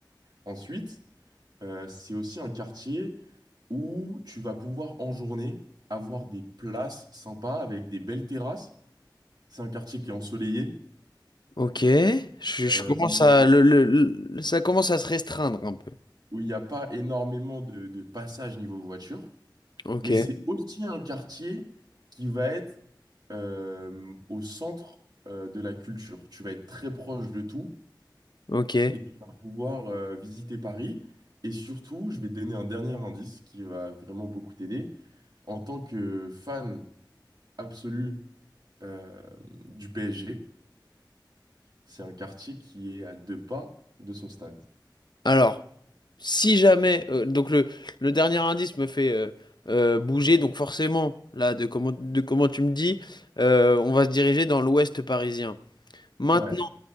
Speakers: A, on the right (about 55°); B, on the left (about 65°).
A: Ensuite, euh, c'est aussi un quartier. où tu vas pouvoir en journée avoir des places sympas avec des belles terrasses. C'est un quartier qui est ensoleillé,
B: ok. Je, je
A: euh,
B: commence
A: où il
B: à
A: y a-
B: le, le- le- ça commence à se restreindre un peu.
A: où il n'y a pas énormément de, de passages niveau voiture.
B: Ok,
A: Mais c'est aussi un quartier qui va être euh, au centre euh, de la culture. Tu vas être très proche de tout
B: ok.
A: et tu vas pouvoir euh, visiter Paris. Et surtout, je vais te donner un dernier indice qui va vraiment beaucoup t'aider. En tant que fan absolu euh, du PSG, C'est un quartier qui est à deux pas de son stade.
B: Alors, si jamais, euh, donc le, le dernier indice me fait euh, euh, bouger, donc forcément, là, de comment, de comment tu me dis, euh, on va se diriger dans l'ouest parisien. Maintenant.
A: Ouais,